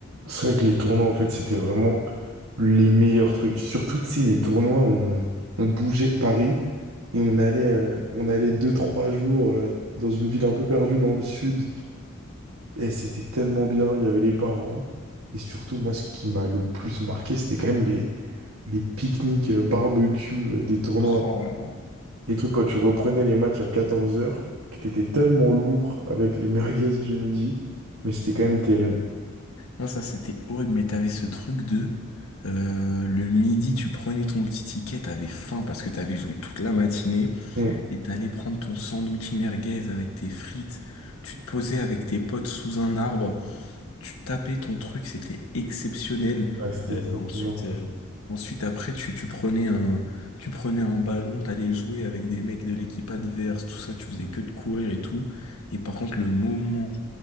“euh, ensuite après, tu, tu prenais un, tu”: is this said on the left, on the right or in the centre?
Left